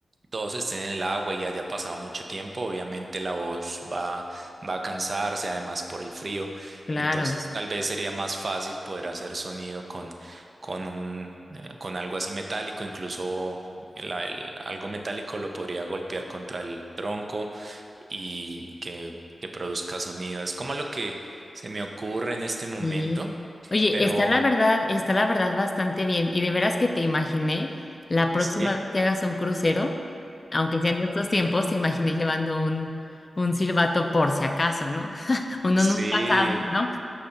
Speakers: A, on the right (about 50°); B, on the left (about 35°).
A: todos estén en el agua y haya pasado mucho tiempo, obviamente la voz va, va a cansarse, además por el frío.
B: Claro.
A: Entonces, tal vez sería más fácil poder hacer sonido con, con un, eh, con algo así metálico, incluso el- el- algo metálico lo podría golpear contra el tronco y que, que produzca sonido. Es como lo que se me ocurre en este momento,
B: Sí. Oye,
A: pero
B: está la verdad, está la verdad bastante bien. Y de veras que te imaginé la próxima
A: sí,
B: vez que hagas un crucero, aunque sea en estos tiempos, te imaginé llevando un, un silbato por si acaso, ¿no? <laughs> Uno
A: sí.
B: nunca sabe, ¿no?